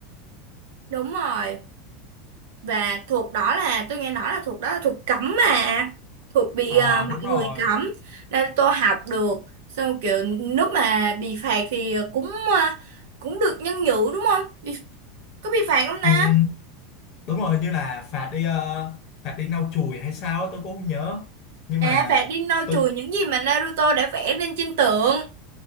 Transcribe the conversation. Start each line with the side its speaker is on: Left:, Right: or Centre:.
Right: đúng rồi và thuật đó là tôi nghe nói là thuật đó là thuật cấm mà thuật bị
Left: Ờ,
Right: ờ, mọi
Left: đúng rồi
Right: người cấm Naruto học được xong rồi kiểu lúc mà bị phạt thì cũng ờ, cũng được nhân nhự đúng không bị, có bị phạt không ta
Left: ừ, đúng rồi hình như là phạt đi ờ, phạt đi lau chùi hay sao á, tôi cũng không nhớ nhưng
Right: à
Left: mà
Right: phạt đi lau
Left: tôi
Right: chùi những gì mà Naruto đã vẽ lên trên tượng